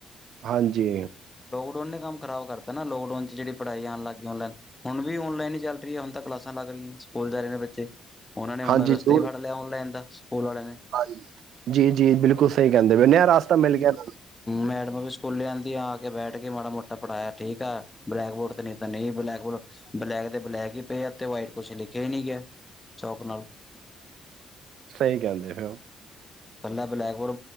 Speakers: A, on the right; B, on the left.
A: ਹਾਂਜੀ
B: ਓੰਨੇ ਕੰਮ ਖਰਾਬ ਕਰਤਾ ਨਾ ਲੋਕਡਊਨ ਜਿਹੜੀ ਪੜ੍ਹਾਈ ਆਉਣ ਲੱਗ ਗਈ ਆਨਲਾਈਨ ਹੁਣ ਵੀ ਆਨਲਾਈਨ ਹੀ ਚਲ ਰਹੀ ਹੁਣ ਤਾਂ ਕਲਾਸਾਂ ਲੱਗ ਰਹੀਆਂ ਸਕੂਲ ਜਾ ਰਹੇ ਨੇ ਬੱਚੇ ਉਹ ਨੇ ਹੁਣ
A: ਹਾਂਜੀ
B: ਰਸਤੇ
A: ਜ਼ਰੂਰ
B: ਫੜ ਲਿਆ ਔਨ-ਲਾਈਨ ਦਾ ਸਕੂਲ ਵਾਲਿਆਂ ਨੇ
A: ਹਾਂਜੀ ਜੀ ਜੀ ਬਿਲਕੁਲ ਸਹੀ ਕਹਿੰਦੇ ਬ ਨਿਆ ਰਸਤਾ ਮਿਲ ਗਿਆ ਇਹਨਾ ਨੂੰ
B: ਮੈਡਮ ਵੀ ਸਕੂਲ ਆਂਦੀਆ ਕੇ ਬੈਠ ਕੇ ਮਾੜਾ ਮੋਟਾ ਪੜਾਇਆ ਠੀਕ ਆ, ਬਲੈਕ ਬੋਰਡ ਤੇ ਨਹੀਂ ਤਾਂ ਨਹੀਂ ਬਲੈਕ ਬੋਰਡ ਬਲੈਕ ਤੇ ਬਲੈਕ ਹੀ ਪਏ ਤੇ, ਵਾਈਟ ਕੁਛ ਲਿਖਿਆ ਹੀ ਨਹੀ ਗਿਆ ਚੌਕ ਨਾਲ
A: ਸਹੀ ਕਹਿੰਦੇ ਫਿਰ ਉਹ
B: ਥੱਲੇ ਬਲੈਕ ਔਰ